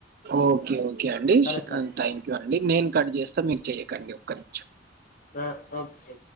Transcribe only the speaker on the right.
ఓకే ఓకే అండి,
ఆ థ్యాంక్ యూ అండి, నేను కట్ చేస్త మీరు చెయ్యకండి ఒక్క నిమిషం.